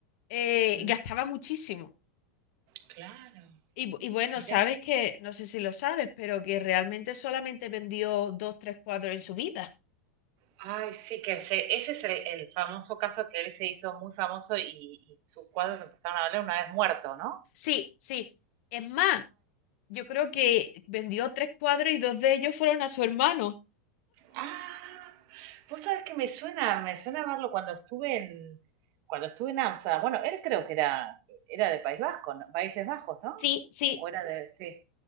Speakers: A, on the left; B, on the right.
A: eh,
B: Mm,
A: gastaba muchísimo.
B: claro,
A: Y, bu- y bueno,
B: mira.
A: sabes que, no sé si lo sabes, pero que realmente solamente vendió dos, tres cuadros en su vida.
B: Ay, sí, que ese, ese es el, el famoso caso que él se hizo muy famoso y, y sus cuadros empezaron a valer una vez muerto, ¿no?
A: Sí, sí. Es más, yo creo que vendió tres cuadros y dos de ellos fueron a su hermano.
B: Ah, vos sabés que me suena, me suena verlo cuando estuve en, cuando estuve en Amsterdam. Bueno, él creo que era, era de País Vasco, ¿no? Países Bajos, ¿no?
A: Sí, sí.
B: O era de, sí.